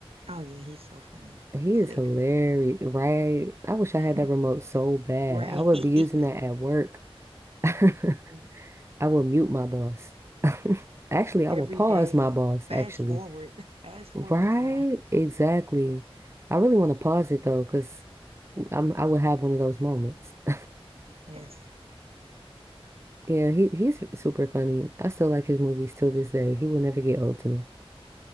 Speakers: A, on the right; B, on the right.
A: Oh yeah, he's so funny.
B: He
A: Click.
B: is hilarious, right? I wish I
A: <laughs>
B: had that remote so bad.
A: Right.
B: I would
A: <laughs>
B: be using that at work. <laughs> I
A: Yes.
B: will mute my boss. <laughs> Actually, I
A: Every
B: will pause
A: day.
B: my boss,
A: Fast
B: actually.
A: forward. <laughs> Fast forward
B: Right?
A: the time.
B: Exactly. I really want to pause it though, because I'm I will have one of those moments. <laughs>
A: Yes.
B: Yeah, he he's super funny. I still like his movies till this day. He will never get old to me.